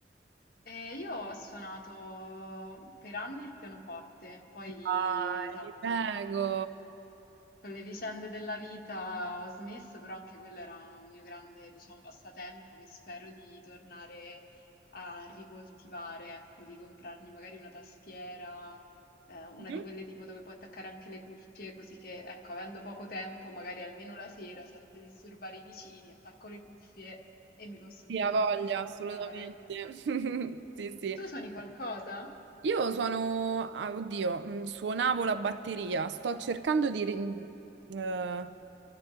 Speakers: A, on the left (about 60°); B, on the right (about 75°).
A: E io ho suonato per anni il pianoforte, poi
B: Dai,
A: esatto.
B: ti prego.
A: Con le vicende della vita ho smesso, però anche quello era un mio grande, diciamo, passatempo che spero di tornare a ricoltivare, ecco, di comprarmi magari una tastiera, eh, una
B: Mhm.
A: di quelle tipo dove puoi attaccare anche le cuffie, così che, ecco, avendo poco tempo, magari almeno la sera, senza disturbare i vicini, attacco le cuffie e mi posso
B: Sì,
A: mettere
B: ha voglia,
A: un pochino a
B: assolutamente.
A: suonare.
B: <laughs> Sì, sì.
A: Tu suoni qualcosa?
B: Io suono, ah, oddio, mm, suonavo la batteria, sto cercando di, ri- eh,